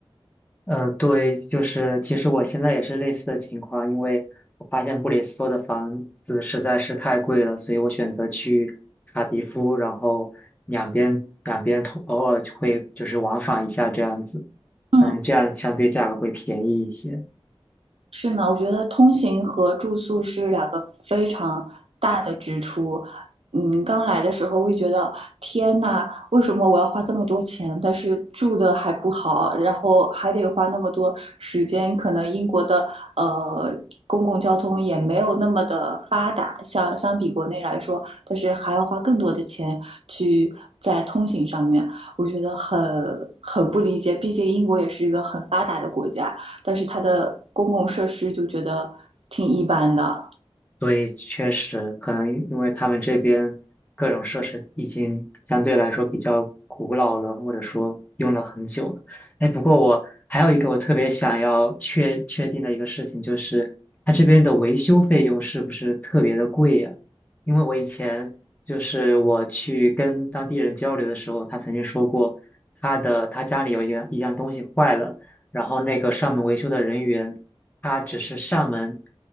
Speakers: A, on the left; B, on the right.
A: 呃，对，就是其实我现在也是类似的情况，因为我发现布里斯托的房子实在是太贵了，所以我选择去卡迪夫，然后两边两边通偶尔就会就是往返一下这样子，
B: 嗯。
A: 嗯，这样相对价格会便宜一些。
B: 是呢，我觉得通行和住宿是两个非常大的支出。嗯，刚来的时候会觉得天呐，为什么我要花这么多钱？但是住的还不好，然后还得花那么多时间。可能英国的呃公共交通也没有那么的发达，像相比国内来说，但是还要花更多的钱去在通行上面，我觉得很很不理解。毕竟英国也是一个很发达的国家。但是它的公共设施就觉得挺一般的。
A: 所以确实可能因因为他们这边各种设施已经相对来说比较古老了，或者说用了很久了。哎，不过我还有一个我特别想要确确定的一个事情，就是它这边的维修费用是不是特别的贵呀？因为我以前就是我去跟当地人交流的时候，他曾经说过，他的他家里有一样一样东西坏了。然后那个上门维修的人员，他只是上门，